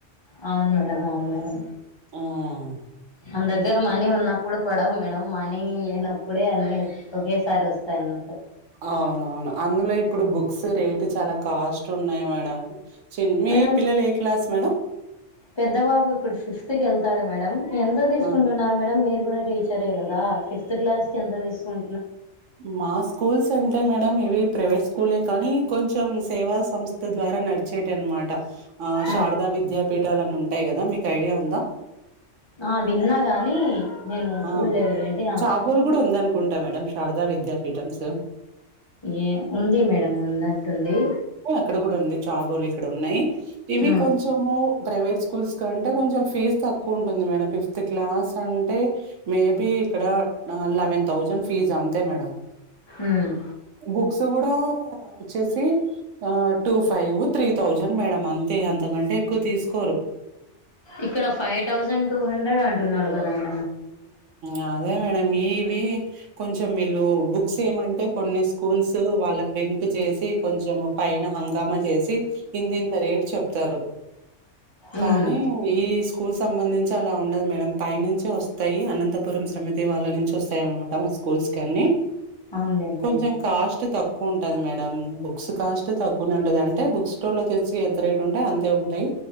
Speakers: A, on the left; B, on the right.
A: అవును మేడం అవును మేడం
B: ఉమ్
A: మన దగ్గర మనీ ఉన్నప్పుడు పడవు మేడం మనీ లేనప్పుడే అన్ని ఒకేసారి వస్తాయిన్నట్టు
B: అవునవును అందులో ఇప్పుడు బుక్స్ రేటు చాలా కాస్ట్ ఉన్నాయి మేడం మీ
A: మేడం
B: పిల్లలు ఏ క్లాస్ మేడంమ్
A: పెద్ద బాబు ఇప్పుడు ఫిఫ్త్ కేళ్తాడు మేడం ఎంత తీసుకుంటున్నారు
B: ఆ
A: మేడం మీ రు టీచరే కదా ఫిఫ్త్ క్లాస్ కి ఎంత తీసుకుం
B: మా స్కూల్స్ అంటే మేడం ఇవి ప్రైవేట్ స్కూలే కానీ కొంచెం సేవా సంస్థ ద్వారా నడిచేటనమాట ఆ శారదా
A: ఉమ్.
B: విద్యాపీఠాలు అని ఉంటాయి కదా మీకు ఐడియా ఉందా
A: ఆ విన్నా గాని నేను చూడలేదు
B: ఆ
A: ఏంటి ఆ
B: చాబోలు కూడా ఉందనుకుంటా మేడం శారదా విద్యాపీఠంస్
A: ఏ ఉంది మేడం ఉన్నట్టుంది
B: ఇక్కడ కూడా ఉంది చాబులు ఇక్కడ ఉన్నాయి ఇవి
A: ఆ
B: కొంచెము ప్రైవేట్ స్కూల్స్ కంటే కొంచెం ఫీస్ తక్కువ ఉంటుంది మేడం ఫిఫ్త్ క్లాస్ అం టే మే బి ఇక్కడ లెవెన్ థౌసండ్ ఫీజ్ అంతే మేడం
A: ఉమ్
B: బుక్స్ కూడా వచ్చేసి ఆ two five three thousand madam అంతే అంతకంటే ఎక్కువ తీసుకోరు
A: ఇక్కడ ఫైవ్ థౌజండ్ టూ హండ్రెడ్ అంటున్నారు కదండి
B: ఆ అదే మేడం ఇవి కొంచెం వీళ్ళు బుక్స్ ఏమంటే కొన్ని స్కూల్స్ వాళ్ళ ప్రింట్ చేసి కొంచెం పైన హంగామా చేసి ఇంత ఇంత రేట్ చెప్తారు కానీ
A: ఉమ్
B: ఈ స్కూల్ సంబంధించి అలా ఉండదు మేడం పై నుంచి వస్తు తాయి అనంతపురం సమితి వాళ్ళ నుంచి వస్తాయి మేడం అటామిక్ స్కూల్స్ కన్ని
A: అవునులేండి
B: కొంచెం కాస్ట్ తక్కువ ఉంటది మేడం బుక్స్ కాస్ట్ తక్కువనే ఉంటాది అంటే బుక్ స్టోర్ లో తెచ్చి ఎంత రేట్ అంటే అంతే ఉంటాయి